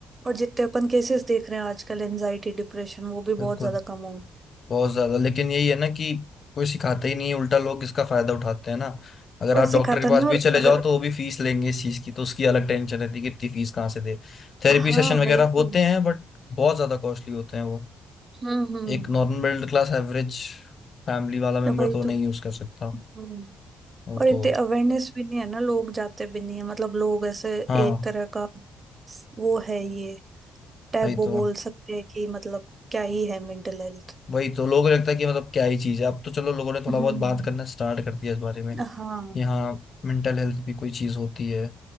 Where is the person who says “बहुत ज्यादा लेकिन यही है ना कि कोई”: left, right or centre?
Left